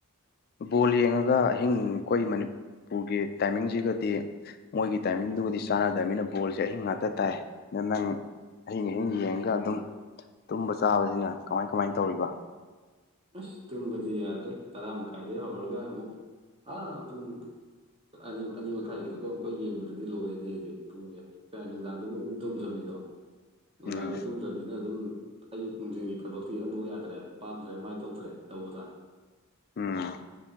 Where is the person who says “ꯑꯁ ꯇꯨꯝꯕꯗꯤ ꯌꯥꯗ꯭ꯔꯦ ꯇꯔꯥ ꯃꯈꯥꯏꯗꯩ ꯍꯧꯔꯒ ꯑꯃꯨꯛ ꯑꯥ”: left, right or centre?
Right